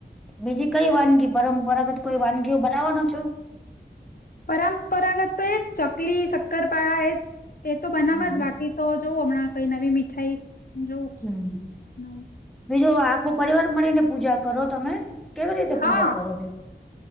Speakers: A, in the centre; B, on the left.
A: બીજી કઈ વાનગી પરંપરાગત કોઈ વાનગીઓ બનાવવાનો છો.
B: પરંપરાગત તો એજ ચકલી શક્કરપાળા એજ એ તો બનાવા
A: હમ
B: જ બાકી તો જોવું હમણાં કઈ નવી મીઠાઈ જોવું
A: હમ્મ
B: બનાવું.
A: બીજો આખો પરિવાર મળીને પૂજા કરો તમે. કેવી રીતે
B: હા
A: પૂજા કરો તે.